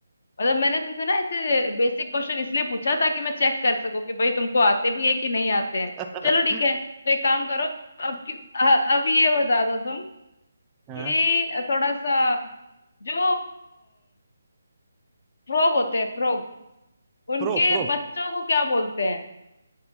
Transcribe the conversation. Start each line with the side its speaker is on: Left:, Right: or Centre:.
Left: मतलब मैंने तुमसे ना ऐसे बेसिक क्वेश्चन इसलिए पूछा ताकि मैं चेक कर सकूं कि भाई तुमको आते भी है कि नहीं आते हैं
Right: <laughs>
Left: चलो ठीक है तो एक काम करो अब कि, अ- अब ये बता दो तुम
Right: हाँ
Left: कि थोड़ा सा जो फ्रॉग होते हैं फ्रॉग उनके
Right: प्रो प्रो
Left: बच्चों को क्या बोलते हैं